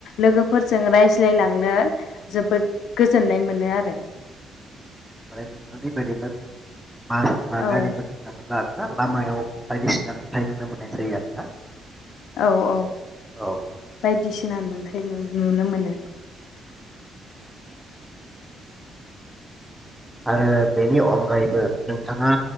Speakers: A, on the left; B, in the centre.
A: लोगोफोरजों रायज्लायलांनो जोबोद गोजोननाय मोनो आरो।
B: <inaudible> <inaudible> लामायाव बायदिसिना
A: औ
B: नुथाय नुनो मोननाय जायो आरोना।
A: औ औ
B: औ
A: बायदिसिना नुथाय नुनो मोनो। <inaudible>
B: आरो बेनि अनगायैबो नोंथाङा